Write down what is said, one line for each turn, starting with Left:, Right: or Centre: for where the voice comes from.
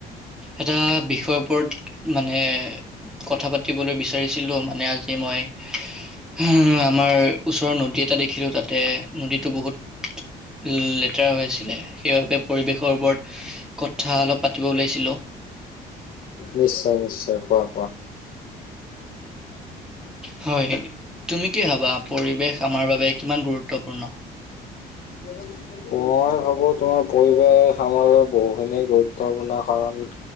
Centre: এটা বিষয়ৰ ওপৰত মানে কথা পাতিবলৈ বিচাৰিছিলোঁ মানে আজি মই হুহ আমাৰ ওচৰৰ নদী এটা দেখিলোঁ তাতে নদীটো বহুত লেতেৰা হৈ আছে আছিলে সেইবাবে পৰিৱেশৰ ওপৰত কথা অলপ পাতিব ওলাইছিলোঁ
Left: নিশ্চয় নিশ্চয় কোৱা কোৱা
Centre: হয় তুমি কি ভাবা পৰিৱেশ আমাৰ বাবে কিমান গুৰুত্বপূৰ্ণ
Left: <unintelligible> মই ভাবো তোমাৰ পৰিৱেশ আমাৰ বাবে বহুখিনি গুৰুত্বপূৰ্ণ কাৰণ